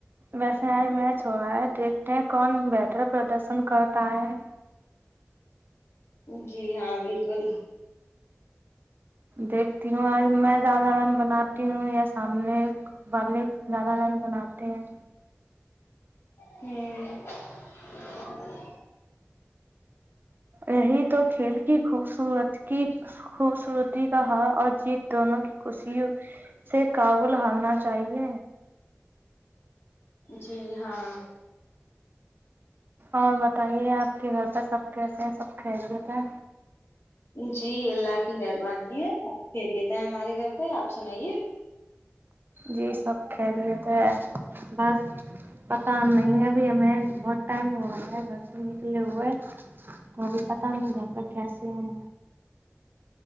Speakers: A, on the right; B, on the left.
A: ویسے آئی میچ ہو رہا ہے دیکھتے ہیں کون بہتر پردرشن کرتا ہے
B: جی ہاں بالکل
A: دیکھتی ہوں آج میں زالہ ران بناتی ہوں یا سامنے بے زالہ رن بناتے ہیں
B: ہوں
A: یہی تو کھیل کی خوبصورت کی خوبصورتی کا ہال اور جیت دونوں کی خوشی اس سے کابل ہارنا چاہیے
B: جی ہاں
A: اور بتائیے آپ کے گھر پہ سب کیسے ہیں سب خیریت ہے
B: جی اللہ کی مہربانی ہے سب خیریت ہیں ہمارے گھر پہ آپ سنائیے
A: جی سب خیریت ہے بس پتا نہیں ابھی ہمیں بہت ٹائم ہو رہا ہے گھر سے نکلے ہوئے تو ابھی پتا نہیں گھر میں کیسے ہیں